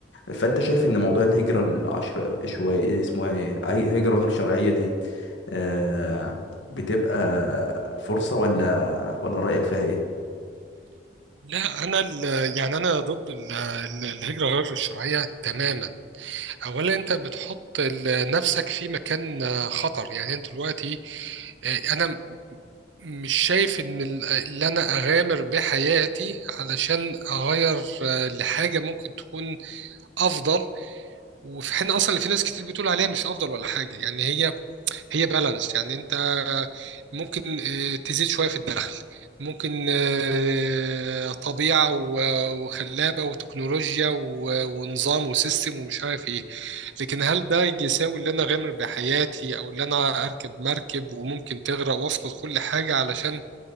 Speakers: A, on the left; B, on the right.
A: فأنت شايف إن موضوع الهجرة العشر شوية اسمه إيه أي هجرة غير شرعية دي آه، بتبقى فرصة ولا ولا رأيك فيها إيه؟
B: لا انا ال- يعني انا ضد ال- ال- الهجرة غير الشرعية تماما اولا انت بتحط ال- نفسك في مكان آه، خطر يعني انت دلوقتي آه، انا مش شايف ان ال- اللي انا اغامر بحياتي علشان اغير آه، لحاجه ممكن تكون افضل وفي حين اصلا اللي في ناس كتير بتقول عليها مش افضل ولا حاجه يعني هي هي بالانس يعني انت ممكن آه، تزيد شويه في الدخل ممكن آه، طبيعه و- وخلابه وتكنولوجيا و- ونظام وسيستم ومش عارف ايه لكن هل ده يساوي اللي انا اغامر بحياتي او اللي انا اركب مركب وممكن تغرق وافقد كل حاجه علشان